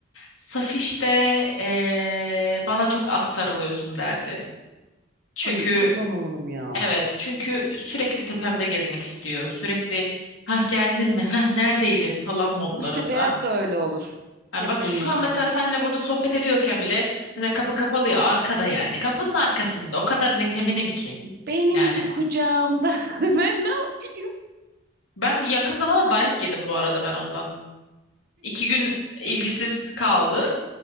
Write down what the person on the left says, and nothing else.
Safiş de eee, bana çok az sarılıyorsun derdi. Çünkü
evet çünkü sürekli tepemde gezmek istiyor. Sürekli ha geldin mi ha neredeydin falan modlarında.
Yani
bak şu an mesela seninle burada sohbet ediyorken bile mesela kapı kapalı ya arkada yani. Kapının arkasında. O kadar net eminim ki.
Yani
ben yakın zamanda dayak yedim bu arada ben ondan. İki gün ilgisiz kaldı.